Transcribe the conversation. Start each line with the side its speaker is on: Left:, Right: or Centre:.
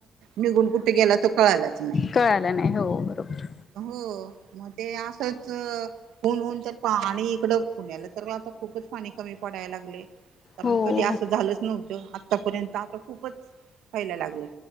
Right: निघून कुठे गेला तो कळालाच नाही
Left: कळाला नाही हो बरोबर
Right: हो मग ते असंच होऊनन तर पाणी इकडं पुण्याला तर आता खूपच पाणी कमी पडायला लागले कारण
Left: हो
Right: कधी असं झालंच नव्हत आतापर्यंत आता खूपच पयला लागले